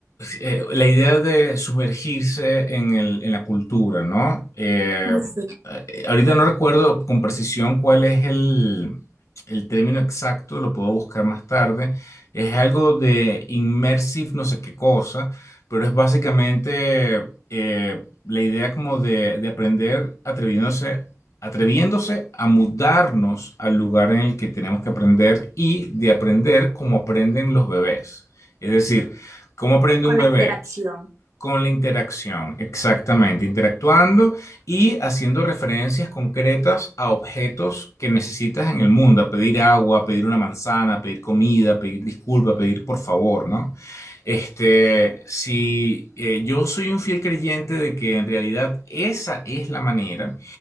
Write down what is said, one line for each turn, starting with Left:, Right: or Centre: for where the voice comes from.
Left: eh, la idea de sumergirse en el- en la cultura, ¿no? Eh,
Right: <laughs>
Left: eh, ahorita no recuerdo con precisión cuál es el, el término exacto, lo puedo buscar más tarde. Es algo de immersive no sé qué cosa, pero es básicamente eh, la idea como de, de aprender atreviéndose atreviéndose a mudarnos al lugar en el que tenemos que aprender y de aprender como aprenden los bebés. Es decir, ¿cómo aprende
Right: con
Left: un bebé?
Right: la interacción,
Left: Con la interacción, exactamente, interactuando y haciendo referencias concretas a objetos que necesitas en el mundo, a pedir agua, a pedir una manzana, a pedir comida, a pedir disculpa, a pedir por favor, ¿no? Este, si eh, yo soy un fiel creyente de que en realidad esa es la manera,